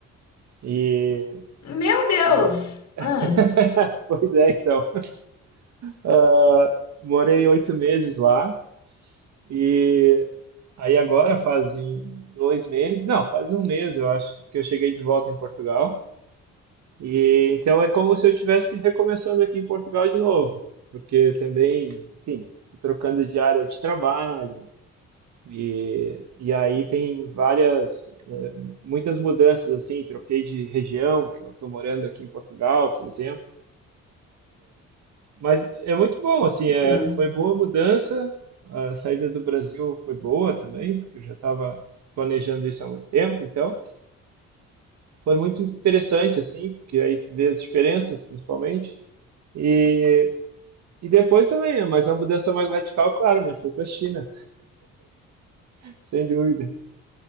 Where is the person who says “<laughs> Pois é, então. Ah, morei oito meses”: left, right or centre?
Right